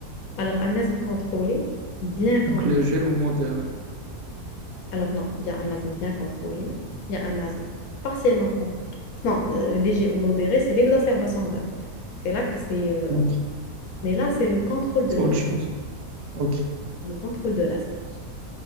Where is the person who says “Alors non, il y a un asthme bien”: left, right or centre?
Left